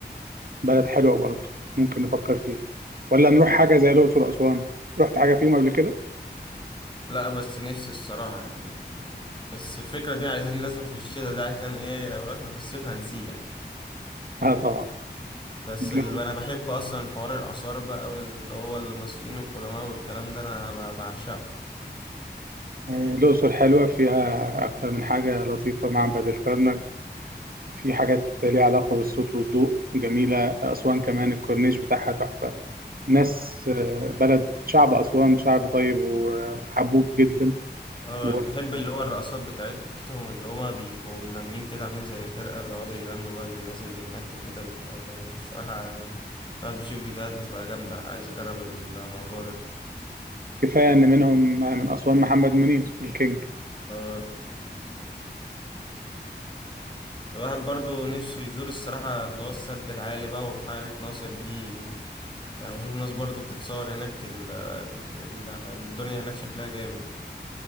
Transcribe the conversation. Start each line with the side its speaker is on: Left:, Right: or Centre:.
Right: بلد حلوة برضو ممكن نفكر فيها ولا نروح حاجة زي الأقصر وأسوان رحت حاجة فيهم قبل كده؟
Left: لا بس نفسي الصراحة يعني ال- بس الفكرة دي عايزين لازم في الشتاء ده عشان ايه لو رحنا في الصيف هنسيح
Right: آه طبعا
Left: بس
Right: الجو
Left: ال... انا بحب اصلا حوار الآثار بقى واللي هو المصريين القدماء والكلام ده انا ب- بعشقه
Right: آه، الأقصر حلوة فيها أكتر من حاجة لطيفة معبد الكرنك في حاجات ليها علاقة بالصوت والضوء جميلة أسوان كمان الكورنيش بتاعها تحفة ناس آه، بلد شعب أسوان شعب طيب وحبوب جدا
Left: اه
Right: وكفاية
Left: بحب اللي هو الرقصات بتاعتهم اللي هما بيبقوا ملمين كده عاملين زي فرقة بيقعدوا يغنوا بقى للناس اللي هناك وكده بيبقى جا- الصراحة الواحد بيشوف فيديوهات بتبقى جامدة عايز اجرب الموضوع ده
Right: إن منهم آه، من أسوان محمد منير الكينج
Left: اه الواحد برضو نفسه يزور الصراحة اللي هو السد العالي بقى وبحيرة ناصر دي يعني بشوف ناس برضو بتتصور هناك ال- ال- الدنيا هناك شكلها جامد